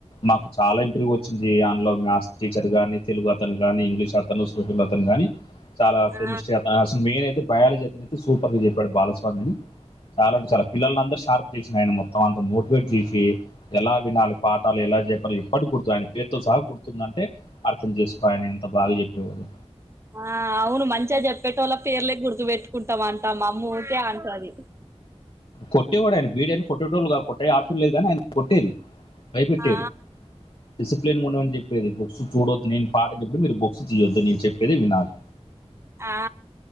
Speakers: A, on the left; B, on the right.
A: మాకు చాలా ఇంప్రూవ్ వచ్చింది అందులో మాథ్స్ టీచర్ గాని తెలుగు అతను గాని ఇంగ్లీష్ అతను సోషల్ అతను గాని చాలా కెమిస్ట్రీ
B: ఆ
A: అతను అసలు మెయిన్ అయ్ అయితే బయాలజీ అతను అయితే సూపర్గా చెప్పాడు బాలస్వామి అని చాలా అంటే చాలా పిల్లల్ని అందర్ షార్ప్ చేసినడు ఆయన మొత్తం అంత మోటివేట్ చేసి ఎలా వినాలి పాటాలు ఎలా ఎలా చెప్పాలి ఎప్పడు గుర్తు ఆయన పేరుతో సహ గుర్తుందంటే అర్థం చేసుకో ఆయన ఎంత బాగా చెప్పేవారో
B: ఆ అవును మంచిగా చెప్పేటోళ్ల పేర్లే గుర్ పెట్టుకుంటాం అంటాం మా అమ్మ ఊకే అంటది
A: కొట్టేవాడు ఆయన బీడీ కొట్టేటోళ్ళు కొట్టే ఆప్షన్ లేదు గాని ఆయన కొట్టేది భయపెట్టేడు
B: ఆ
A: డిసిప్లిన్ ఉండమని చెప్పేది బుక్స్ చూడొద్దు నేన్ పాఠం చెప్తే మీరు బుక్స్ తీయొద్దు నేను చెప్పేది వినాలి.
B: ఆ